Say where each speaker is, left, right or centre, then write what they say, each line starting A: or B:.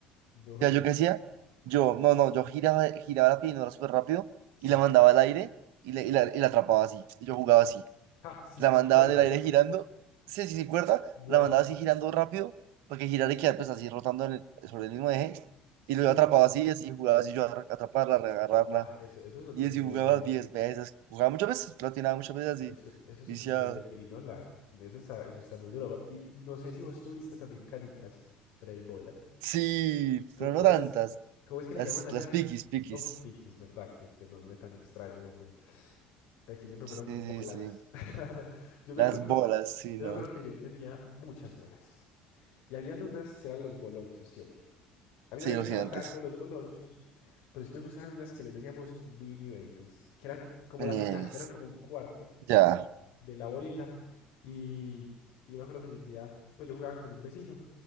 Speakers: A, on the right (about 70°); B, on the left (about 65°).
A: O
B: duro.
A: sea, yo qué hacía? Yo, no, no, yo giraba, giraba la pirinola súper rápido
B: Sí.
A: y la mandaba al aire y la, y la, y la atrapaba así. Y yo jugaba así.
B: Ja, sin
A: la mandaba
B: cuerda.
A: en el aire girando, sí, sí, sí, cuerda,
B: Buah,
A: la mandaba así girando rápido, para que girara y quedara pues así rotando en el- sobre el mismo eje,
B: sí.
A: y lo atrapaba así, y así jugaba así yo a a atraparla, a reagarrarla,
B: Buah, eso, eso es otro
A: y
B: nivel
A: así jugaba
B: de,
A: diez veces, jugaba muchas veces, platinaba muchas veces así,
B: eso, eso es
A: viciado.
B: otro nivel de pirinola. Eso está, eso está muy duro. Y no sé si vos tuviste también canicas, pero hay bolas.
A: Sí,
B: ¿Cómo,
A: pero
B: cómo
A: no tantas,
B: es, cómo es que les
A: las,
B: llaman allá?
A: las piquis, piquis,
B: Uf, piquis, ¿verdad? Qué, qué nombre tan extraño, hombre. Aquí siempre
A: sí,
B: fueron bolas.
A: sí, sí,
B: <laughs> Yo me
A: las
B: acuerdo,
A: bolas, sí,
B: yo
A: no,
B: me acuerdo que yo tenía muchas bolas. Y habían unas que eran los bolonchos, sí o qué. A mí
A: sí,
B: no me
A: los
B: gustaban
A: gigantes,
B: tanto los bolonchos, pero sí me gustaban unas que les decíamos mini babies, que eran como
A: Nieves.
B: la mitad, eran como un cuarto.
A: ya,
B: de la bolita. Y, y yo me acuerdo que yo un día, pues yo jugaba con un vecino